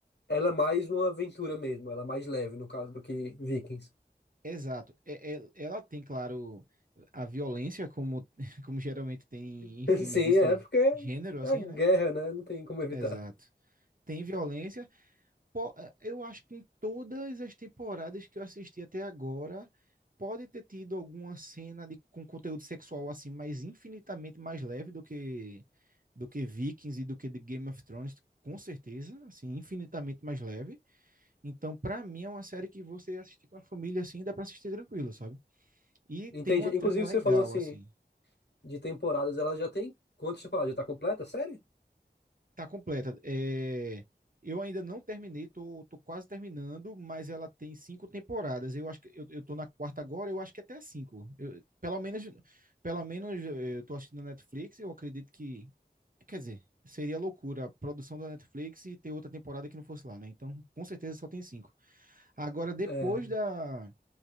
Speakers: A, on the left; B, on the right.
A: ela é mais uma aventura mesmo, ela é mais leve, no caso, do que Vikings.
B: Exato. É- é- ela tem, claro, a violência como <laughs> como geralmente tem
A: <laughs>
B: em filmes
A: Sim,
B: desse
A: é porque é
B: gênero, assim,
A: guerra,
B: né?
A: né? Não tem como evitar.
B: Exato. Tem violência. Po- Eu acho que em todas as temporadas que eu assisti até agora, pode ter tido alguma cena de, com conteúdo sexual assim, mas infinitamente mais leve do que do que Vikings e do que The Game of Thrones, com certeza, assim, infinitamente mais leve. Então, pra mim é uma série que você assistir com a família assim, dá pra assistir tranquilo, sabe? E
A: Entendi.
B: tem uma trama
A: Inclusive,
B: legal
A: você falou assim.
B: assim.
A: de temporadas, ela já tem quantas temporadas? Já tá completa a série?
B: Tá completa. É, eu ainda não terminei, tô, tô quase terminando, mas ela tem cinco temporadas. Eu acho que eu, eu tô na quarta agora, eu acho que até a cinco. Eu- pelo menos, pelo menos eh, eu tô assistindo na Netflix, eu acredito que, quer dizer, seria loucura a produção da Netflix e ter outra temporada que não fosse lá, né? Então, com certeza só tem cinco. Agora, depois
A: É,
B: da,